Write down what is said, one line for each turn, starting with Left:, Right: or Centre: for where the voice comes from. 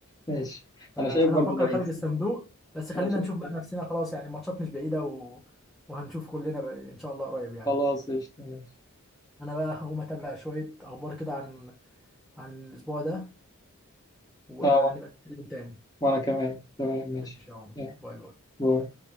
Left: ماشي
Centre: فانا
Left: انا شايف برضو
Centre: بفكر
Left: باريس
Centre: خارج الصندوق بس خلينا
Left: انا شايف
Centre: نشوف بقى نفسنا خلاص يعني الماتشات مش بعيده و... وهنشوف كلنا بقى ان شاء الله قريب يعني
Left: خلاص قشطة ماشي
Centre: انا بقى هقوم اتابع شويه اخبار كده عن عن الاسبوع ده ونبقى
Left: اه وانا
Centre: نتكلم تاني
Left: وأنا كمان تمام ماشي
Centre: ماشي يا عمر
Left: يلا
Centre: باي باي
Left: باي.